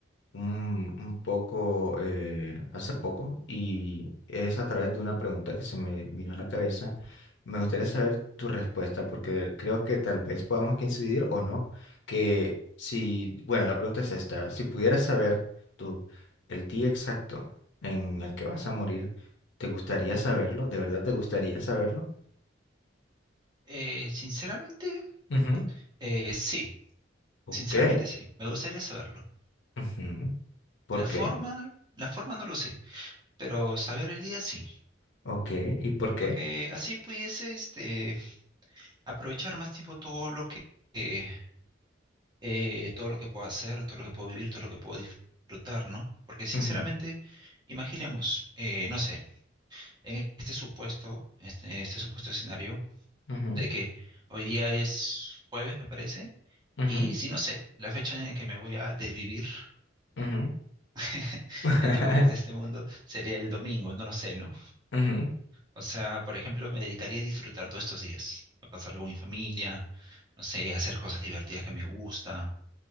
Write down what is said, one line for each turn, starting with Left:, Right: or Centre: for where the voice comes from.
Left: un, un poco eh, hace poco y es a través de una pregunta que se me vino a la cabeza. Me gustaría saber tu respuesta porque creo que tal vez podamos coincidir o no. Que si, bueno, la pregunta es esta, si pudieras saber tú el día exacto en el que vas a morir, ¿te gustaría saberlo? ¿De verdad te gustaría saberlo?
Right: Eh, sinceramente,
Left: Ujú,
Right: eh, sí,
Left: Ok.
Right: sinceramente sí, me gustaría saberlo.
Left: ujú, ¿Por
Right: La forma,
Left: qué?
Right: la forma no lo sé, pero saber el día sí,
Left: Ok. ¿Y por qué?
Right: porque así pudiese este, aprovechar más tiempo todo lo que, eh, eh, todo lo que puedo hacer, todo lo que puedo vivir, todo lo que puedo disfrutar, ¿no? Porque sinceramente,
Left: Ujú,
Right: imaginemos, eh, no sé, en este supuesto, este, este supuesto escenario
Left: ujú,
Right: de que hoy día es jueves, me parece,
Left: ujú,
Right: y si no sé, la fecha en la que me voy a desvivir,
Left: ujú.
Right: <laughs> en
Left: <laughs>
Right: la que me voy a ir de este mundo, sería el domingo, no lo sé, ¿no?
Left: Ujú,
Right: O sea, por ejemplo, me dedicaría a disfrutar todos estos días, a pasarlo con mi familia, no sé, a hacer cosas divertidas que me gustan,